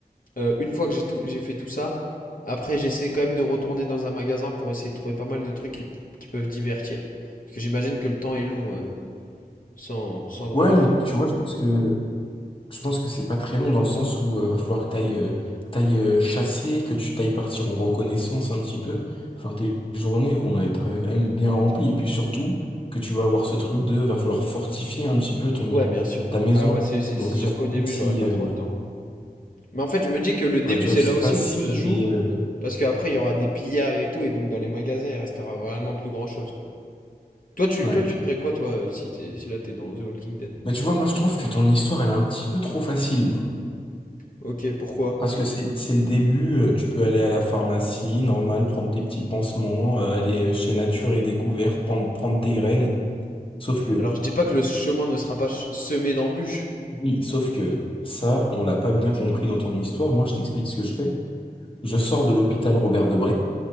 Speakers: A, on the left (about 60°); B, on the left (about 35°).
A: Euh, une fois que j'ai tout, j'ai fait tout ça, après j'essaie quand même de retourner dans un magasin pour essayer de trouver pas mal de trucs qui, qui peuvent divertir. Parce que j'imagine que le temps est long euh, sans, sans grands
B: Ouais,
A: autres.
B: mais tu vois, je pense que Je pense que c'est pas très long dans le sens où euh, va falloir que t'ailles euh, t'ailles euh, chasser, que tu t'ailles partir en reconnaissance un petit peu. Enfin, tes journées vont être euh, quand même bien remplies. Et puis surtout, que tu vas avoir ce truc de va falloir fortifier un petit peu ton
A: Ouais, bien sûr.
B: ta maison.
A: Ah ouais, c'est c'est-
B: Donc
A: c'est sûr
B: je sais
A: qu'au début
B: pas si
A: j'aurais pas
B: euh,
A: trop le temps. Mais en fait, je me dis que le début
B: ouais, tu
A: c'est
B: vois, je sais
A: là aussi
B: pas si
A: où tout se
B: elle
A: joue,
B: est euh,
A: parce qu'après il y aura des pillards et tout, et donc dans les magasins il restera vraiment plus grand-chose quoi. Toi tu,
B: ouais.
A: toi, tu ferais quoi toi euh, si, t'es- si là t'es dans The Walking Dead?
B: Bah tu vois, moi je trouve que ton histoire elle est un petit peu trop facile.
A: Ok, pourquoi?
B: Parce que c'est c'est le début, euh, tu peux aller à la pharmacie, normal, prendre tes petits pansements, euh, aller euh, chez Nature et Découverte, prendre, prendre tes graines. Sauf que,
A: Alors je dis pas que le chemin ne sera pas ch- semé d'embûches.
B: oui, sauf que ça, on l'a pas bien compris dans ton histoire. Moi, je t'explique ce que je fais. Je sors de l'hôpital Robert Debré.